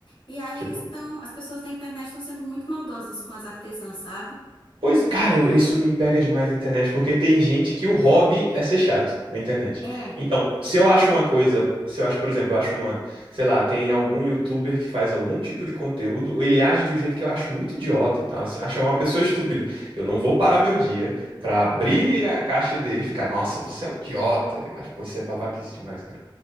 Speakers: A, on the left (about 70°); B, on the right (about 85°).
A: E aí
B: Tipo,
A: eles estão, as pessoas da internet estão sendo muito maldosas com as artesãs, sabe?
B: Pois, cara, eu- isso me pega demais na internet, porque tem gente que o hobby é ser chato na internet.
A: É.
B: Então, se eu acho uma coisa, se eu acho, por exemplo, eu acho uma, sei lá, tem algum youtuber que faz algum tipo de conteúdo, ou ele age de um jeito que eu acho muito idiota e tal, assim, acho uma pessoa estúpida. Eu não vou parar meu dia pra abrir a caixa dele e ficar, nossa, você é um idiota. Eu acho, pô, isso é babaquice demais, cara.